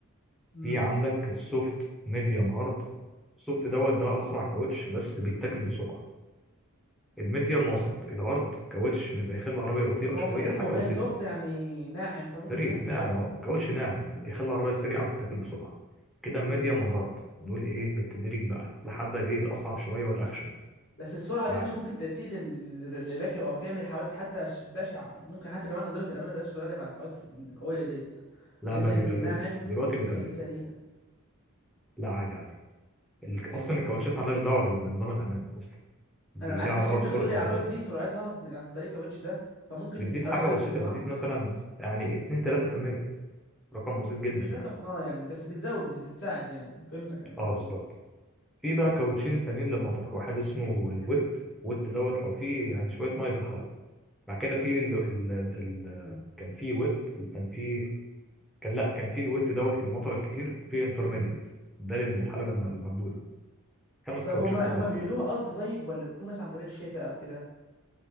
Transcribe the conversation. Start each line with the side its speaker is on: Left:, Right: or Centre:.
Left: مم.
Centre: في عندك السوفت ميديوم هارد السوفت دوت ده اسرع كاوتش بس بيتاكل بسرعه الميديوم وسط الهارد كاوتش بيبقى يخلي العربيه بطيئه
Left: هو
Centre: شويه
Left: من اسمه
Centre: حاجه
Left: باين
Centre: بسيطه
Left: سوفت يعني ناعم فممكن
Centre: سريع
Left: يتاكل بسرعه
Centre: ناعم اه كاوتش ناعم بيخلي العربيه سريعه وتتاكل بسرعه كده الميديوم
Left: مم.
Centre: والهارد نقول ايه بالتدريج بقى لحد الايه الاصعب شويه والاخشن
Left: بس السرعه
Centre: بعد
Left: دي مش ممكن ت- تأذي ال- ال- اللي راكب او تعمل حوادث حتى ش- بشعه يعني ممكن حتى كمان انظمه الامام ما تقدرش تتغلب على الحوادث القويه ديت
Centre: لا
Left: لان
Centre: لا
Left: الناعم
Centre: بيدربوا دلوقتي بيدربوا
Left: بيخليه سريع
Centre: لا عادي عادي ال-
Left: يعني
Centre: اصلا
Left: ما بيحصلش
Centre: الكاوتشات مالهاش دعوه بال- بنظام الامان اصلا دي
Left: انا معاك
Centre: ليها
Left: بس
Centre: دعوه
Left: انت
Centre: بسرعه
Left: بتقول لي
Centre: العربيه
Left: العربيه بتزيد سرعتها ب- عن طريق الكاوتش ده فممكن
Centre: بتزيد
Left: طالما
Centre: حاجه
Left: زادت
Centre: بسيطه
Left: السرعه
Centre: بتزيد مثلا يعني 2 3% رقم بسيط جدا
Left: مش
Centre: يعني
Left: رقم اه يعني بس بتزود بت- بتساعد يعني فهمتك انا كده
Centre: اه بالظبط
Left: اه
Centre: في بقى
Left: مم.
Centre: كاوتشين تانيين للمطر واحد اسمه الويت ويت دوت لو فيه يعني شويه ميه في الحلبه بعد كده في ال... ال... ال...
Left: مم.
Centre: كان في ويت وكان في كان لا كان في الويت دوت للمطر الكتير في انترميديات
Left: مم.
Centre: ده للحلبه الم- المبلوله خمس
Left: طب
Centre: كاوتشات
Left: هما
Centre: كله
Left: هما
Centre: على
Left: بيقولوها
Centre: بعضه
Left: قصد طيب ولا بتكون مثلا عن طريق الشتاء او كده